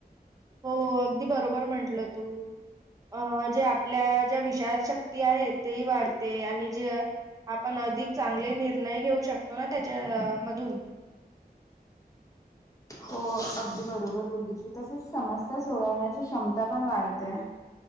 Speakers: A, on the right; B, on the left.
A: हो, अगदी बरोबर म्हटलं तू अ जे आपल्या ज्या विचार शक्ती आहे. तेही वाढते आणि जे आपण अधिक चांगले निर्णय घेऊ शकतो. ना त्याच्या मधून
B: हो अगदी बरोबर बोललीस तसेच समस्या सोडवण्याची क्षमता पण वाढते.